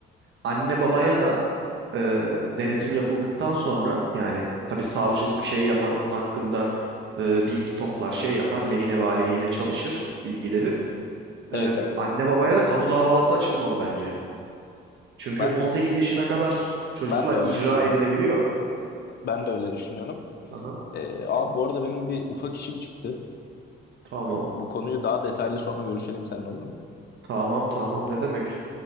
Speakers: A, on the right; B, on the left.
A: anne babaya da e, denetim yapıldıktan sonra yani tabii savcılık şey yapar onun hakkında e, bilgi toplar şey yapar lehine ve aleyhine çalışır bilgileri.
B: Evet
A: E,
B: abi.
A: anne babaya da kamu davası açılmalı bence. Çünkü
B: Ben
A: 18 yaşına kadar çocuklar
B: ben de öyle
A: icra
B: düşünüyorum.
A: edilebiliyor.
B: Ben de öyle düşünüyorum.
A: Aha,
B: Ee, abi bu arada benim bir ufak işim çıktı.
A: tamam
B: Bu konuyu daha detaylı sonra görüşelim seninle olur mu?
A: tamam tamam ne demek.